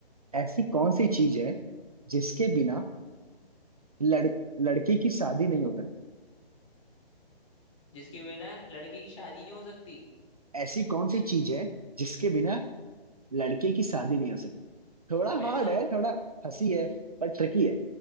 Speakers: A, on the right; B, on the left.
A: ऐसी कौन सी चीज है जिसके बिना लड़ लड़के की शादी नहीं हो सकती
B: जिसके बिना लड़के की शादी नहीं हो सकती
A: ऐसी कौन सी चीज है जिसके बिना लड़के की शादी नहीं हो सकती थोड़ा
B: पैसा
A: हार्ड है थोड़ा हंसी है पर ट्रिकी है